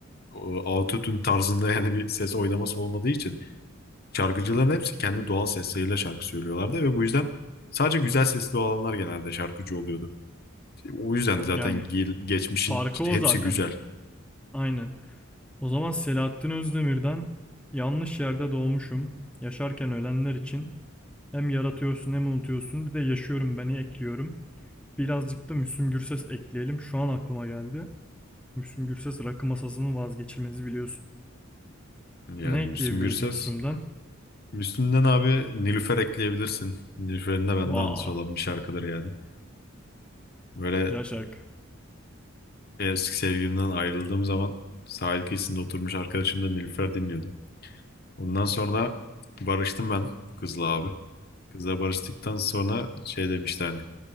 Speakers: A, on the left; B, in the centre.
A: e, autotune tarzında <laughs> yani bir ses oynaması olmadığı için şarkıcıların hepsi kendi doğal sesleriyle şarkı söylüyorlardı ve bu yüzden sadece güzel sesli olanlar genelde şarkıcı oluyordu. O yüzden zaten
B: Yani
A: gel- geçmişin
B: farkı
A: işte
B: o
A: hepsi
B: zaten.
A: güzel.
B: Aynen. O zaman Selahattin Özdemir'den yanlış yerde doğmuşum. Yaşarken ölenler için hem yaratıyorsun hem unutuyorsun bir de yaşıyorum beni ekliyorum. Birazcık da Müslüm Gürses ekleyelim. Şu an aklıma geldi. Müslüm Gürses rakı masasının vazgeçilmezi biliyorsun.
A: Yani
B: Ne ekleyebiliriz
A: Müslüm Gürses.
B: Müslüm'den?
A: Müslüm'den abi Nilüfer ekleyebilirsin. Nilüfer'in de bende
B: Vaa.
A: anısı olan bir şarkıdır yani. Böyle
B: Güzel şarkı.
A: eski sevgilimden ayrıldığım zaman sahil kıyısında oturmuş arkadaşımla Nilüfer dinliyordum. Ondan sonra barıştım ben kızla abi. Kızla barıştıktan sonra şey demişti hani